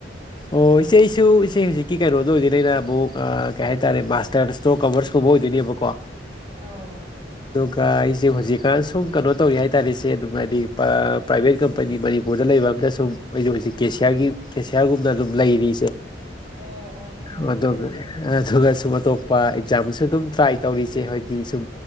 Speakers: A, on the left; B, on the right.
A: ꯑꯣ ꯏꯆꯦꯁꯨ ꯏꯆꯦ ꯍꯧꯖꯤꯛꯀꯤ ꯀꯩꯅꯣꯗ ꯑꯣꯏꯗꯅ ꯑꯩꯅ ꯑꯃꯨꯛ ꯀꯩ ꯍꯥꯏꯇꯥꯔꯦ ꯃꯥꯁꯇꯔꯁꯇꯣ ꯀꯃꯔꯁꯀꯨꯝ ꯍ ꯑꯣꯏꯗꯣꯏꯅꯦꯕꯀꯣ
B: ꯑꯣ
A: ꯑꯩꯁꯦ ꯍꯧꯖꯤꯛꯀꯥꯟ ꯁꯨꯝ ꯀꯩꯅꯣ ꯇꯧꯋ ꯍꯥꯏꯇꯥꯥꯔꯦ ꯁꯦ ꯑꯗꯨꯝ ꯍꯥꯏꯗꯤ ꯄ꯭ꯔꯥꯏꯚꯦꯠ ꯀꯝꯄꯅꯤ ꯃꯅꯤꯄꯨꯔꯗ ꯂꯩꯕ ꯑꯝ ꯗ ꯁꯨꯝ ꯑꯩꯛ ꯍꯧꯖꯤꯛ ꯦꯁꯤꯌꯥꯔꯒꯤ ꯒꯦꯁꯤꯌꯥꯔꯒꯨꯝꯅ ꯑꯗꯨꯝ ꯂꯩꯔꯤ ꯏꯆꯦ
B: ꯑꯣ ꯑꯣ ꯅꯨꯡꯉꯥꯏꯅꯦ
A: <unintelligible> ꯁꯨꯝ ꯑꯇꯣꯞꯄ ꯑꯦꯛꯖꯥꯝꯁꯨ ꯑꯗꯨꯝ ꯇ꯭ꯔꯥꯏ ꯇꯧꯔꯤꯁꯦ ꯍꯥꯏꯗꯤ ꯁꯨꯝ